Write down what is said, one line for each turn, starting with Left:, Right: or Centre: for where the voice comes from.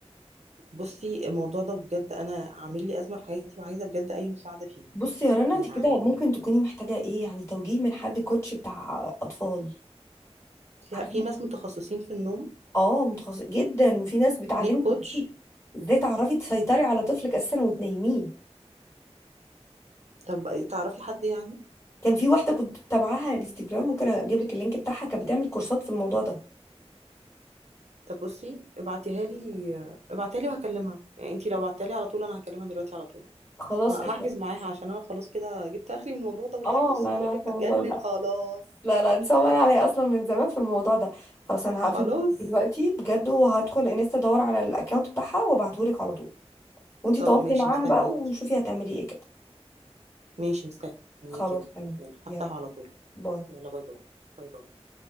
Right: بصي الموضوع ده بجد انا عامل لي ازمه في حياتي وعايزه بجد اي مساعده فيه
Left: بصي يا رنا
Right: يعني
Left: انت كده ممكن تكوني محتاجه ايه يعني توجيه من حد كوتش بتاع اطفال
Right: في
Left: عارفه
Right: في ناس متخصصين في النوم
Left: اه متخصص جدا وفي ناس بتعلمك
Right: ليب كوتش
Left: ازاي تعرفي تسيطري على طفلك اساسا وتنيميه
Right: طب تعرفي حد يعني
Left: كان في واحده كنت متابعاها على الانستجرام ممكن اجيب لك اللينك بتاعها كانت بتعمل كورسات في الموضوع ده
Right: طب بصي ابعتيها لي ابعتيها لي وهكلمها يعني انتي لو بعتيها لي على طول انا هكلمها دلوقتي على طول
Left: خلاص
Right: ه-
Left: إيه.
Right: هحجز معاها عشان انا خلاص كده جبت اخري من الموضوع ده والله
Left: اه
Right: بصي
Left: لا
Right: بقول
Left: انا عارفه
Right: لك هتجنن
Left: والله لا
Right: خلاص
Left: لا لا انسان انا عليا اصلا من زمان في الموضوع ده خلاص انا
Right: خلاص
Left: هقفل معاكي دلوقتي بجد وهدخل انستا ادور على الاكونت بتاعها وابعته لك على طول وانتي
Right: طب
Left: تواصلي
Right: ماشي
Left: معاها
Right: مستنياكي
Left: بقى وشوفي هتعملي ايه كده
Right: ماشي مستنياكي
Left: خلاص
Right: اهو
Left: تمام
Right: يلا
Left: يلا
Right: هفتحه على طول
Left: باي
Right: يلا باي باي باي باي